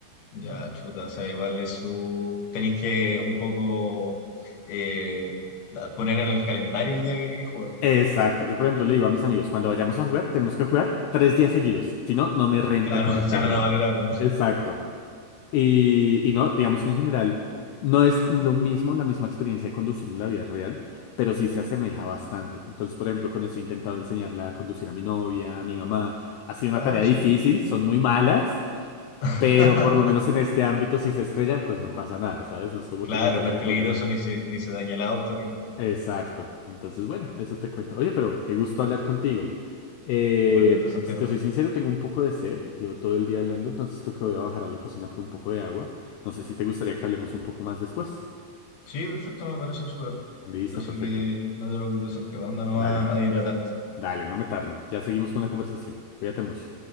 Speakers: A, on the left (about 55°); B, on the left (about 80°).
A: Ya, chuta, o sea, igual es su... Tenéis que un poco eh, da- poner en el calendario el día que queréis jugar.
B: Exacto. Yo, por ejemplo, le digo a mis amigos, cuando vayamos a jugar, tenemos que jugar tres días seguidos. Si no, no me renta
A: Claro,
B: conectarlo.
A: <laughs> si no, no vale la pena.
B: Exacto. Y, y no, digamos que en general no es lo mismo, la misma experiencia de conducir en la vida real, pero sí se asemeja bastante. Entonces, por ejemplo, con eso he intentado enseñarla a conducir a mi novia, a mi mamá. Ha sido una
A: No,
B: tarea
A: en
B: difícil,
A: serio.
B: son muy malas.
A: <laughs>
B: Pero por lo menos en este ámbito, si se estrellan, pues no pasa nada, ¿sabes? No es como
A: Claro,
B: que nos vayan
A: no es
B: a
A: peligroso
B: cobrar algo.
A: ni se, ni se daña el auto ni nada.
B: Exacto. Entonces, bueno, eso te cuento. Oye, pero qué gusto hablar contigo. Eh,
A: Igualmente Santiago.
B: si te soy sincero, tengo un poco de sed. Llevo todo el día hablando, entonces creo que voy a bajar a la cocina por un poco de agua. No sé si te gustaría que hablemos un poco más después.
A: Sí, perfecto, me parece súper.
B: Listo,
A: Así
B: perfecto.
A: que no te preocupes, Santiago. Anda nomás
B: Dale,
A: a hidratarte.
B: dale, no me tardo. Ya seguimos con la conversación. Cuídate mucho.